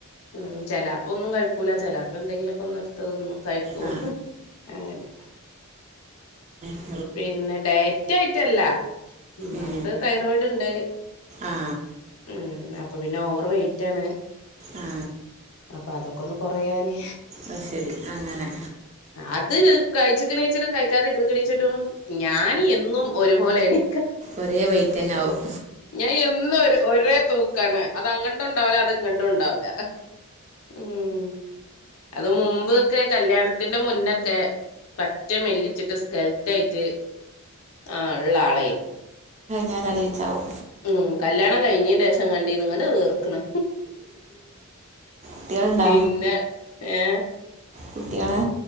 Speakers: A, on the left; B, on the right.
A: ഉം ചെല പ്പം ഒന്നും കഴിക്കൂല ചെലപ്പം എന്തെങ്കിലുമൊക്കെ ഒന്ന് എടുത്തതൊന്നും കഴിക്കും
B: ആ
A: അങ്ങനെ
B: മ്
A: പിന്നെ ഡയറ്റ് ആയിട്ടല്ല ഒന്നാമത്
B: ഏ
A: തൈറോയിഡ് ഉണ്ട്
B: ആ
A: ഉം അപ്പൊ പിന്നെ ഓവർ വെയ്റ്റ് ആണ്
B: ആ
A: അപ്പൊ അതൊക്കെ ഒന്ന് കൊറയാന്
B: അത് ശരി അങ്ങനെ
A: അത് കഴിച്ചിട്ടും നീച്ചിട്ടും കഴിക്കാത ഇരുന്ന്കണീച്ചിട്ടും ഞാന് എന്നും ഒരുപോലെണ്
B: ഒരേ വെയിറ്റ് തന്നെ ആവും
A: ഞാൻ എന്നും ഒരേ തൂക്കാണ് അത് അങ്ങട്ടും ഉണ്ടാവല അത് ഇങ്ങട്ടും ഉണ്ടാവല ഉം അത് മുമ്പൊക്കെ കല്യാണത്തിന്റെ മുന്നൊക്കെ പറ്റ മെല്ലിച്ചിട്ട് സ്കല് റ്റായിട്ട് ആ ഉള്ള ആളായിരുന്നു
B: ഞാൻ തടയിച്ചാവും
A: ഉം കല്യാണം കഴിഞ്ഞന്റെ ശേഷം കണ്ടീന്നങ്ങണ്ടവീർക്കണ്
B: കുട്ടികളുണ്ടോ
A: പിന്നെ ഏ
B: കുട്ട്യാളെ